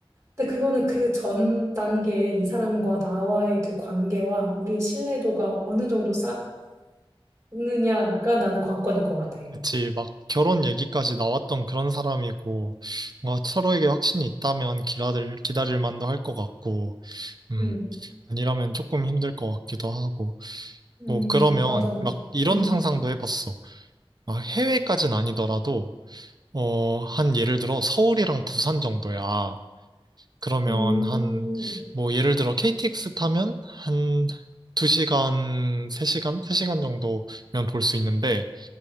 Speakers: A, on the right (about 30°); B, on the right (about 45°).
A: 근데 그거는 그 전 단계에 이 사람과 나와의 그 관계와 우리의 신뢰도가 어느 정도 쌓였느냐가 나는 관건일 것 같아.
B: 그치. 막 결혼 얘기까지 나왔던 그런 사람이고, 뭔가 서로에게 확신이 있다면 기다릴, 기다릴 만도 할 것 같고, 음,
A: 음,
B: 아니라면 조금 힘들 것 같기도 하고.
A: 음,
B: 뭐, 그러면
A: 맞아, 맞아.
B: 막 이런
A: 음,
B: 상상도 해봤어. 막 해외까진 아니더라도, 어, 한 예를 들어 서울이랑 부산 정도야. 그러면
A: 음,
B: 한, 뭐, 예를 들어 KTX 타면 한 2시간, 세 시간 3시간 정도면 볼 수 있는데,